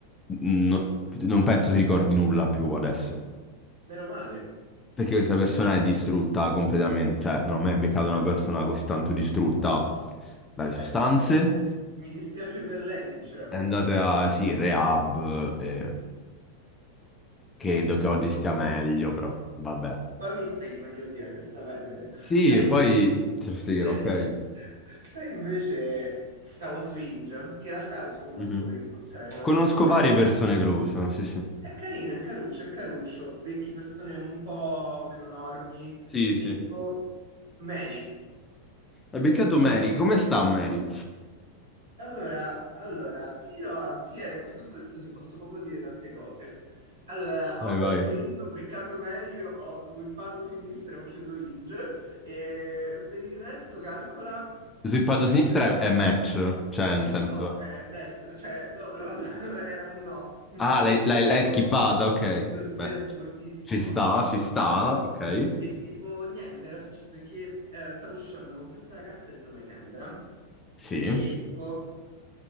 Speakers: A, on the left; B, on the right.
A: no- non penso si ricordi nulla più adesso.
B: meno male.
A: Perché questa persona è distrutta completamente, cioè non ho mai beccato una persona così tanto distrutta dalle
B: Beh,
A: sostanze.
B: mi dispiace per lei, sinceramente.
A: È andata, sì, in rehab e credo che oggi stia meglio, però vabbè.
B: Poi mi spieghi meglio chi è questa Venere.
A: Sì,
B: Sai
A: e
B: invece...
A: poi te lo spiegherò,
B: <laughs>
A: ok?
B: Sai invece, stavo su Inge, che in realtà uso molto
A: Mhm.
B: per incontrare una
A: Conosco
B: persona.
A: varie persone che lo usano, sì, sì.
B: È carino, è caruccio, è caruccio. Becchi persone un po' meno normi
A: Sì, sì.
B: e tipo Mary.
A: Hai beccato Mary, come sta Mary?
B: Allora, allora, tiro, anzi, ecco, su questo ti posso proprio dire tante cose. Allora,
A: Vai,
B: ho aperto
A: vai.
B: Inge, ho beccato Mary, ho sweepato sinistra e ho chiuso Inge. E per il resto, calcola,
A: Sul lato
B: è successo.
A: sinistra è è match, cioè nel senso...
B: No, è destra, cioè lo- lo- <laughs> era un no, un
A: Ah,
B: fortissimo
A: l'hai l'hai- l'hai skippata,
B: no,
A: ok.
B: Sol-
A: Beh.
B: fortissimo.
A: Ci sta, ci sta, ok.
B: E tipo, niente, era successo che eh, stavo uscendo con questa ragazza di nome Kendra
A: Sì.
B: e tipo,